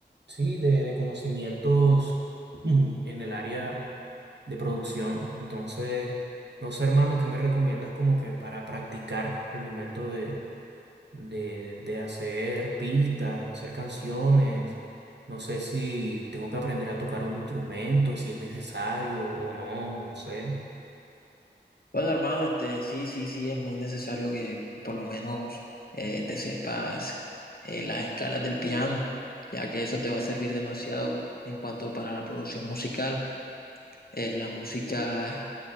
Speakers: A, on the right (about 70°); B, on the left (about 55°).
A: sí, de, de conocimientos mm, en el área de producción. Entonces, no sé, hermano, ¿qué me recomiendas como que para practicar al momento de, de, de hacer pistas, hacer canciones? No sé si tengo que aprender a tocar un instrumento, si es necesario o no, no sé.
B: Bueno, hermano, este, sí, sí, sí, es muy necesario que por lo menos eh, te sepas eh, las escalas del piano, ya que eso te va a servir demasiado en cuanto para la producción musical. Eh, la música